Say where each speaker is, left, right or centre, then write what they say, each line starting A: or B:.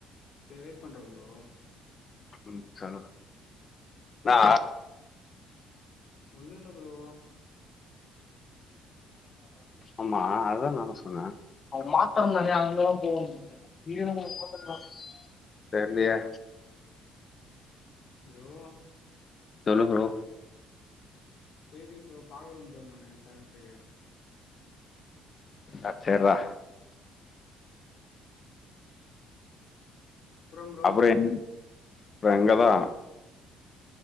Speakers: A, on the left; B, on the left.
A: சேரி வெயிட் பண்றே ப்ரோ
B: ம் சொல்லு நா
A: ஒன்னு இல்ல ப்ரோ
B: ஆமா அதுதா நானு சொன்னே அவங் மாத்திர நானே அங்கல்லா போகணு மாத்த தெர்லியே
A: ப்ரோ
B: சொல்லு ப்ரோ
A: சேரி ப்ரோ பாக்றே ப்ரோ நானு சேரத்துக்கு
B: அ சேர்ரா
A: அப்புறம் ப்ரோ
B: அப்பறம் எங் எங்கதா